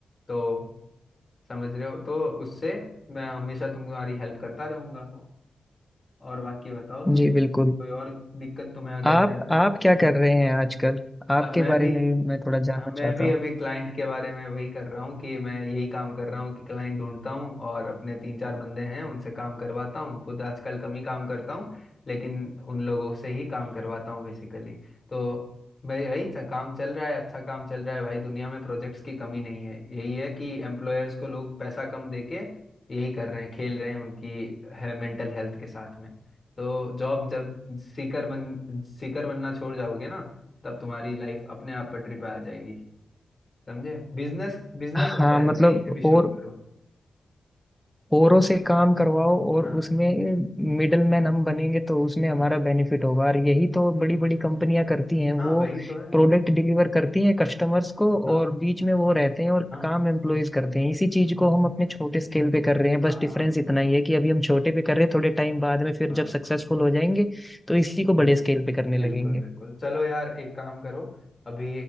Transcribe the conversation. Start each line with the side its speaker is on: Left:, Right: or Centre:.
Left: तो समझ रहे हो तो उससे मैं हमेशा तुम्हारी हेल्प करता रहूंगा और बाकी बताओ तुम
Centre: जी बिल्कुल
Left: कोई और दिक्कत तुम्हें अगर
Centre: आप
Left: है तो
Centre: आप क्या कर रहे हैं आजकल
Left: अ,
Centre: आपके
Left: मैं
Centre: बारे
Left: भी
Centre: में भी मैं थोड़ा जानना
Left: हाँ,
Centre: चाहता
Left: मैं भी
Centre: हूँ
Left: अभी क्लाइंट के बारे में वही कर रहा हूँ कि मैं यही काम कर रहा हूँ कि क्लाइंट ढूंढता हूँ और अपने तीन चार बंदे हैं उनसे काम करवाता हूँ खुद आजकल कम ही काम करता हूँ लेकिन उन लोगों से ही काम करवाता हूँ बेसिकली तो भाई भाई च- काम चल रहा है अच्छा काम चल रहा है भाई दुनिया में प्रोजेक्ट्स की कमी नहीं है यही है कि एम्प्लॉयर्स को लोग पैसा कम देके यही कर रहे हैं खेल रहे हैं उनकी है, मेंटल हेल्थ के साथ में तो जॉब जब सीकर बन सीकर बनना छोड़ जाओगे ना तब तुम्हारी लाइफ अपने आप पटरी पे आ जाएगी समझे बिजनेस बिजनेस
Centre: <laughs> हाँ
Left: होता
Centre: मतलब
Left: है कहीं से भी शुरू
Centre: और
Left: करो
Centre: औरों से काम करवाओ और
Left: हाँ
Centre: उसमें मिडल मैन हम बनेंगे तो उसमें
Left: हम्म
Centre: हमारा बेनिफिट होगा और यही तो बड़ी बड़ी कंपनियां करती हैं
Left: हाँ
Centre: वो
Left: वही तो है
Centre: प्रोडक्ट डिलीवर करती हैं कस्टमर्स को
Left: हाँ
Centre: और बीच में वो रहते हैं और
Left: हाँ
Centre: काम एम्प्लॉयज करते हैं इसी चीज को हम अपने छोटे स्केल पे कर रहे हैं बस
Left: हाँ
Centre: डिफरेंस
Left: हाँ
Centre: इतना ही है कि अभी हम
Left: बस
Centre: छोटे पे कर रहे हैं थोड़े टाइम बाद में फिर
Left: हाँ
Centre: जब सक्सेसफुल हो जाएंगे तो इसी को
Left: बिल्कुल
Centre: बड़े स्केल पे करने
Left: बिल्कुल
Centre: लगेंगे
Left: बिल्कुल चलो यार एक काम करो अभी